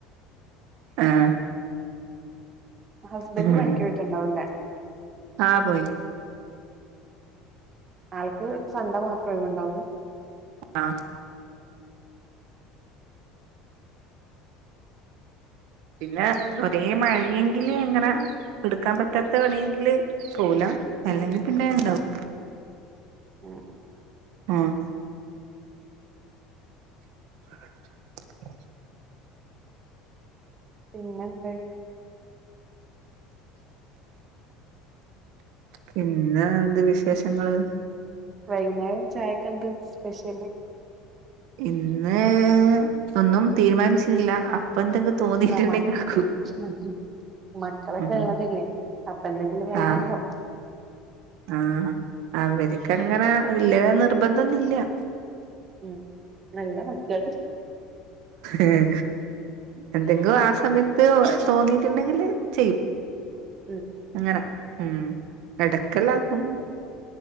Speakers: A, on the right; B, on the right.
A: ആഹ്
B: ഹസ്ബൻഡ്
A: ഉം
B: പണിക്ക് പോയിട്ടുണ്ടാവില്ലേ
A: ആഹ് പോയിന്
B: ആൾക്ക് സൺ‌ഡേ മാത്ര ഒഴിവ് ഉണ്ടാവൂള്ളു
A: ആഹ് പിന്നെ ഒരേ മഴയെങ്കില് ഇങ്ങന എടുക്കാൻ പറ്റാത്ത പണിയെങ്കില് പോവൂല
B: ഉം
A: അല്ലെങ്കിൽ പിന്നെ ഉണ്ടാവും
B: ഉം
A: ആഹ് <inaudible>
B: പിന്നെ എന്ത്
A: പിന്നെന്ത് വിശേഷങ്ങള്
B: വൈകുന്നേരം ചായക്ക് എന്ത്‌ സ്പെഷ്യല്
A: ഇന്ന് ഒന്നും തീരുമാനിച്ചില്ല അപ്പൊഎന്തെ- തോന്നിട്ടുണ്ടെങ്കിൽ
B: ഇല്ല
A: ആക്കും
B: മക്ക മക്കളൊക്കെ
A: ഉം
B: ഇളതല്ലേ അപ്പ എന്തെങ്കിലും വേണല്ലോ
A: ആഹ് ആഹ് അവരിക്ക് അങ്ങനെ വല്ല്യ നിർബന്ധന്നുല്ല്യ
B: ഉം നല്ല മക്കള്
A: എഹ് എന്തെങ്കും ആ സമയത്ത് തോന്നീട്ടുണ്ടങ്കില് ചെയ്യും
B: ഉം
A: അങ്ങനെ ഉം എടക്കല്ലാക്കും